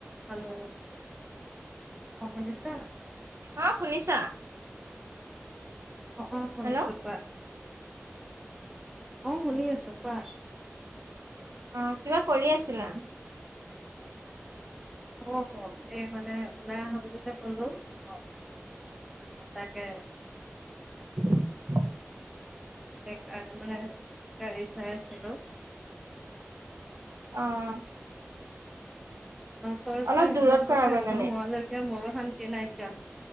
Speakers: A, in the centre; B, on the right (about 80°).
A: Hello অ শুনিছা?
B: অ' শুনিছা?
A: অ অ শুনিছোঁ
B: হেল্ল'
A: কোৱা? অ' শুনি আছো কোৱা?
B: অ' কিবা কৰি আছিলা?
A: অ এই মানে ওলাই আহা বুলি চ কলো অ। <unintelligible> তাকে।
B: <inaudible>
A: সেইকাৰণে মানে গাড়ী চাই আছিলো।
B: অ'।
A: তই যে
B: অলপ
A: একজাম
B: দূৰত কৰাগৈ
A: শেষ
B: মানে
A: নোহোৱালৈকে মোৰো শান্তি নাইকিয়া